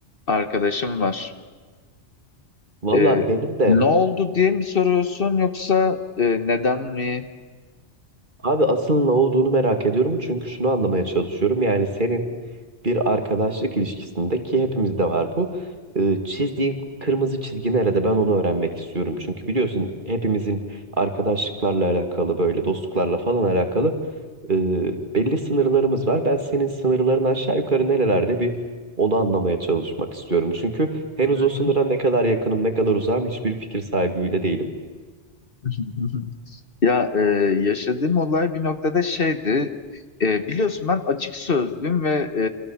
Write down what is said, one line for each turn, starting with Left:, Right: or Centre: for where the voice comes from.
Left: arkadaşım var.
Right: Valla
Left: Ee,
Right: benim de
Left: ne oldu diye mi soruyorsun yoksa e, neden mi?
Right: abi asıl ne olduğunu merak ediyorum çünkü şunu anlamaya çalışıyorum. Yani senin bir arkadaşlık ilişkisinde ki hepimizde var bu. e, Çizdiğin kırmızı çizgi nerede? Ben onu öğrenmek istiyorum. Çünkü biliyorsun hepimizin arkadaşlıklarla alakalı böyle dostluklarla falan alakalı e, belli sınırlarımız var. Ben senin sınırların aşağı yukarı nerelerde bir onu anlamaya çalışmak istiyorum. Çünkü henüz
Left: Hı
Right: o sınıra
Left: hı.
Right: ne kadar yakınım ne kadar uzağım hiçbir fikir sahibi bile değilim.
Left: <laughs> Ya e, yaşadığım olay bir noktada şeydi. E, biliyorsun ben açık sözlüyüm ve e,